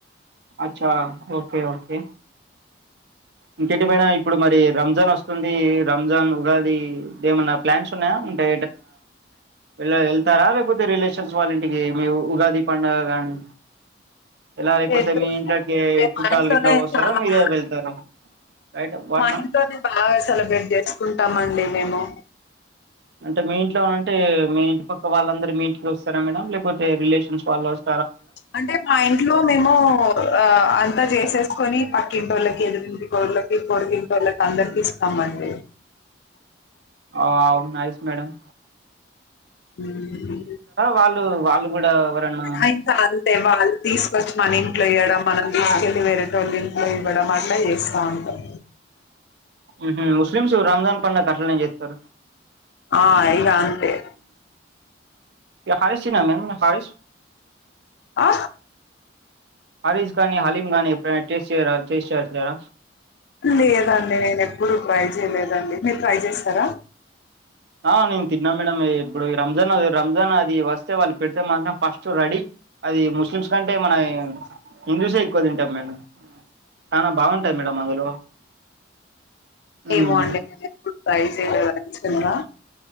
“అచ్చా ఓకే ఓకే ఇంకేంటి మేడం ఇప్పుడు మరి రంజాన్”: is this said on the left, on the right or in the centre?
Right